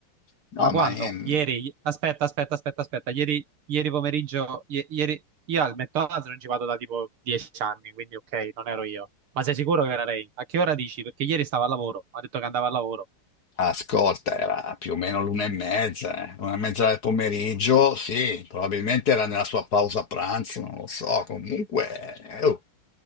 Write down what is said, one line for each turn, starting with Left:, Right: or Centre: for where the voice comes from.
Left: no,
Right: ma quando?
Left: ma... ehm,
Right: Ieri? i- Aspetta, aspetta, aspetta, aspetta, ieri, ieri pomeriggio, ie- ieri... Io al McDonald's non ci vado da tipo dieci anni, quindi ok, non ero io. Ma sei sicuro che era lei? A che ora dici? Perché ieri stavo al lavoro, ha detto che andava al lavoro.
Left: Ascolta, era più o meno l'una e mezza, eh. Una e mezza del pomeriggio, sì, probabilmente era nella sua pausa pranzo, non lo so. Comunque, eh, oh,